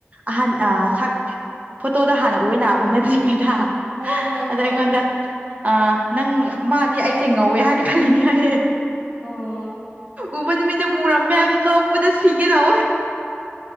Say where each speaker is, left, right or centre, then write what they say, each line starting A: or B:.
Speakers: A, on the right; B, on the right.
A: ꯑꯍꯥꯟ
B: ꯑ
A: ꯁꯛ ꯐꯣꯇꯣꯗ ꯍꯥꯟꯅ ꯑꯣꯏꯅ ꯎꯅꯗ꯭ꯔꯤꯉꯩꯗ
B: ꯍꯣꯏ ꯍꯣꯏ
A: ꯑꯗꯥ
B: ꯍꯣꯏ
A: ꯑꯩꯉꯣꯟꯗ ꯑꯥ ꯅꯪ ꯃꯥꯗꯤ ꯑꯩꯁꯦ ꯉꯧꯋꯦ ꯍꯥꯏꯅ ꯈꯜꯂꯤꯅꯦ ꯍꯥꯏꯌꯦ
B: ꯑꯣ
A: ꯎꯕ ꯅꯨꯃꯤꯠꯇ ꯃꯨꯔꯝꯃꯦꯗ ꯅꯣꯛꯄꯗ ꯁꯤꯒꯦꯗꯧꯑ